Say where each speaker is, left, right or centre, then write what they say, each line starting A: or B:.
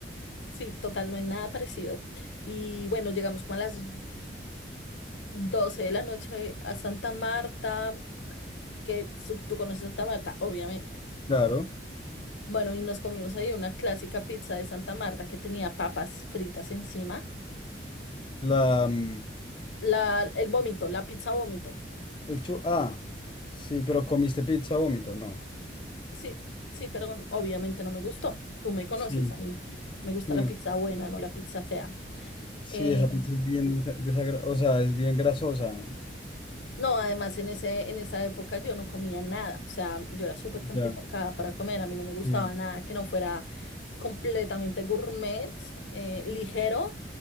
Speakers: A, on the left (about 80°); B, on the left (about 25°).
A: Sí, total, no hay nada parecido. Y bueno, llegamos como a las 12 de la noche a Santa Marta, que tú, tú conoces Santa Marta, obviamente.
B: Claro,
A: Bueno, y nos comimos ahí una clásica pizza de Santa Marta que tenía papas fritas encima.
B: la... mm,
A: La, el vómito, la pizza vómito.
B: El chu, ah, sí, pero comiste pizza vómito, no.
A: Sí, sí, perdón, obviamente no me gustó. Tú me conoces,
B: Sí,
A: a mí me gusta
B: mm,
A: la pizza buena, no la pizza fea.
B: sí,
A: Eh,
B: esa pizza es bien desagradable, o sea, es bien grasosa.
A: no, además en ese, en esa época yo no comía nada, o sea, yo era súper complicada
B: Ya,
A: para comer, a mí no me gustaba
B: sí.
A: nada que no fuera completamente gourmet, eh, ligero.